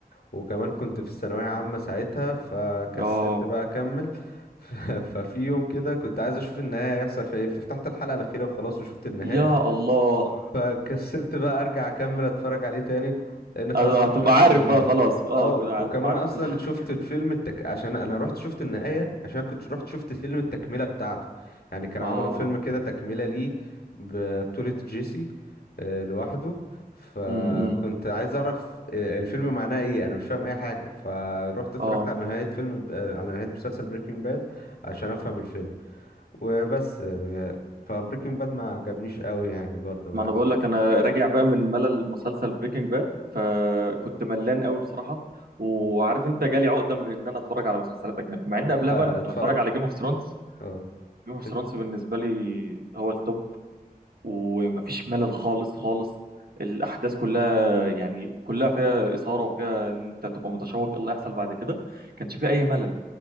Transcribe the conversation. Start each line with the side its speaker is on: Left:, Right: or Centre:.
Left: وكمان كنت في الثانويه عامه ساعتها فكسلت
Right: اه
Left: بقى اكمل <laughs> ف- ففي يوم كده كنت عايز اشوف النهايه هيحصل فيها ايه ففتحت الحلقه الاخيره وخلاص وشفت النهايه
Right: يا الله
Left: فكسلت بقى ارجع اكمل اتفرج عليه تاني لان خلاص
Right: أنا
Left: كنت
Right: هتبقى
Left: شفت
Right: عارف
Left: النهاية
Right: بقى خلاص اه
Left: اه
Right: هتبقى
Left: وكمان
Right: عارف
Left: اصلا
Right: كل حاجه
Left: شفت فيلم التك عشان انا رحت شفت النهاية عشان كنت رحت شفت فيلم التكملة بتاعته يعني كانوا
Right: اه
Left: عملوا فيلم كده تكملة ليه ببطولة جيسي آه، لوحده فكنت
Right: امم
Left: عايز اعرف آه، الفيلم معناه ايه انا مش فاهم اي حاجة فروحت اتفرجت
Right: اه
Left: على نهاية فيلم آه، على نهاية مسلسل بريكنج باد عشان افهم الفيلم وبس آه، فبريكنج باد ما عجبنيش قوي يعني برضو
Right: ما انا بقول لك انا راجع بقى من ملل مسلسل بريكنج باد فكنت ملان قوي بصراحه وعارف انت جالي عقده من ان انا اتفرج على مسلسلات اجنبي مع ان
Left: لا
Right: قبلها بقى انا كنت
Left: اتفرج
Right: بتفرج على جيم اوف ثرونز
Left: اه
Right: جيم اوف ثرونز
Left: ات-
Right: بالنسبه لي هو التوب ومفيش ملل خالص خالص الاحداث كلها يعني كلها فيها اثاره وفيها ان انت تبقى متشوق ايه اللي هيحصل بعد كده كانش فيه اي ملل